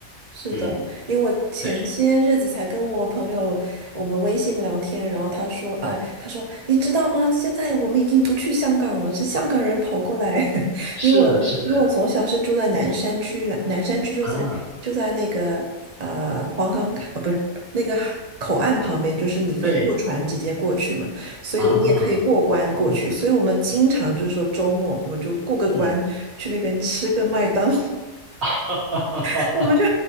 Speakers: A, on the right (about 30°); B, on the right (about 65°).
A: 是的，
B: 嗯，
A: 因为我前些日子才跟我朋友我们微信聊天，
B: 对，
A: 然后他说，哎，他说你知道吗？现在我们已经不去香港了，是香港人跑过来，<laughs>
B: 是的，
A: 因为因为我从小是住在南山区，
B: 是的。
A: 南南山区就在就在那个呃黄岗卡，
B: 啊。
A: 呃不是那个海口岸旁边，就是你可以坐船直接过去嘛，
B: 对
A: 所以我你也可以过关过去，
B: 啊，
A: 所以我们经常就是说周末我们就过个关去那边吃个麦当
B: 嗯，<laughs>
A: <laughs> 我们就